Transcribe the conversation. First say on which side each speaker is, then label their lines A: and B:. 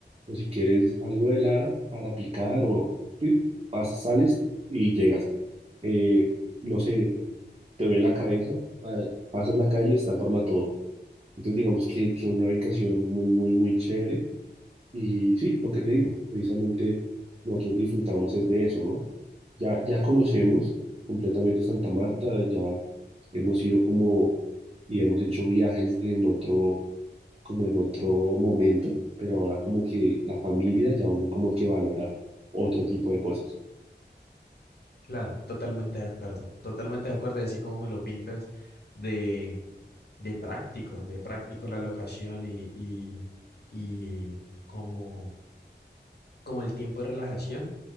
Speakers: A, on the right (about 35°); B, on the left (about 60°).
A: O si quieres algo de Lara para picar o sí, pasas, sales y llegas. Eh, no sé, te duele la cabeza, pa- pasas la calle, está el todo. Entonces, digamos que tiene una ubicación muy, muy, muy chévere y sí, lo que te digo, precisamente nosotros disfrutamos es de eso, ¿no? Ya, ya conocemos completamente Santa Marta, ya hemos ido como y hemos hecho viajes de en otro, como en otro momento, pero ahora como que la familia ya uno como que valora otro tipo de cosas.
B: Claro, totalmente de acuerdo, totalmente de acuerdo, y así como me lo pintas de, de práctico, de práctico la locación y, y, y como como el tiempo de relajación,